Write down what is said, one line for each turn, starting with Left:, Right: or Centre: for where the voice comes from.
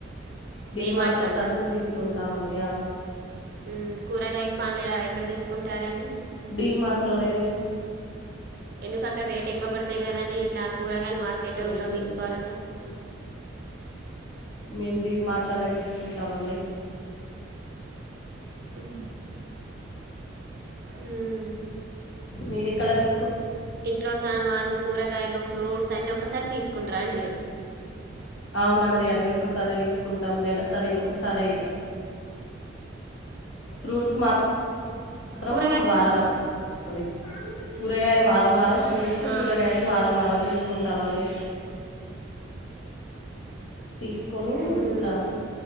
Left: డీమార్ట్
Right: డీ మాట్లన్నా
Left: లో సరుకులు తీసుకుంటామండి ఆ
Right: మ్ కూరగాయలు పండ్లు ఏలా ఎక్కడ తీసుకుంటారండి
Left: డి మార్ట్లోనే తీస్
Right: ఎందుకు అక్కడ రేట్ ఎక్కువ పడతాయి కదండి ఇట్లా కూరగాయలు మార్కెట్లో
Left: సరుకులు
Right: తీసుకోవరండ
Left: మేం డి మార్ట్నే లోనే తీసుకుంటామండి
Right: మ్ మ్
Left: మీరూ ఎక్కడ తి
Right: ఇంట్లో సామాను కూరగాయలు ఫ్రూట్స్ అన్ని ఒకసారి తీస్ కుంటార అండి మీరు
Left: అవునండి అన్నీ ఒకసారే తీసుకుంటాం నెలసరి ఒకసారే ఇక ఫ్రూట్స్ మ మాత్రం
Right: కూరగాయ
Left: వారం వ కూరగాయలు వారం వారం ఫ్రూట్స్
Right: ఆ
Left: కూరగాయలు వారం వారం తీసుకుంటామండి తీసుకొని
Right: ఉమ్
Left: ఇట్లా